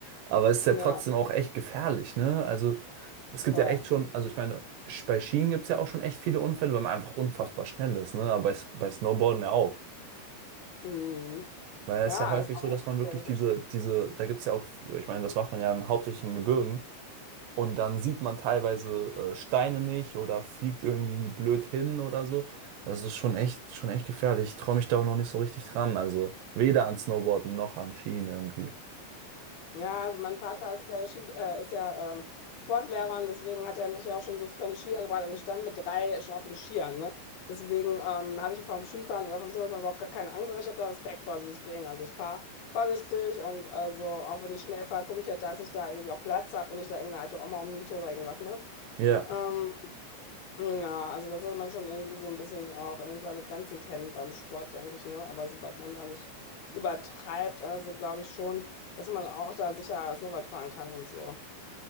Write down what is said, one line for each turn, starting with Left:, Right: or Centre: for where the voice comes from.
Right: Aber es ist
Left: Ja,
Right: ja trotzdem auch echt gefährlich, ne? Also es gibt
Left: voll.
Right: ja echt schon, also ich meine, Sch- bei Skien gibt es ja auch schon echt viele Unfälle, weil man einfach unfassbar schnell ist, ne? Aber bei, S- bei Snowboarden ja auch.
Left: Mhm.
Right: Weil es
Left: Ja,
Right: ist ja häufig
Left: ist auch
Right: so, dass
Left: echt
Right: man
Left: gefährlich,
Right: wirklich diese,
Left: das
Right: diese, da gibt es ja auch, ich meine, das macht man ja hauptsächlich in Gebirgen, und dann sieht man teilweise äh, Steine nicht oder fliegt irgendwie blöd hin oder so. Das ist schon echt, schon echt gefährlich. Ich traue mich da auch noch nicht so richtig dran. Also weder an Snowboarden noch an Skien irgendwie.
Left: Ja, also mein Vater ist ja, Ski, äh, ist ja ähm, Sportlehrer und deswegen hat er mich ja auch schon so früh an die Skier gebracht. Also ich stand mit drei schon auf den Skiern, ne? Deswegen ähm, habe ich vom Skifahren oder vom Snowboarden überhaupt gar keine Angst, aber ich habe da Respekt vor. Also deswegen, also ich fahre vorsichtig und also auch wenn ich schnell fahre, gucke ich ja, dass ich da irgendwie auch Platz habe und nicht da irgendeine alte Oma umniete oder irgendwas, ne?
Right: Ja,
Left: Ähm, ja, also das sollte man schon irgendwie so ein bisschen auch irgendwie seine Grenzen kennen beim Sport, denke ich, ne? Aber sobald man da nicht übertreibt, also glaube ich schon, dass man auch da sicher Snowboard fahren kann und so.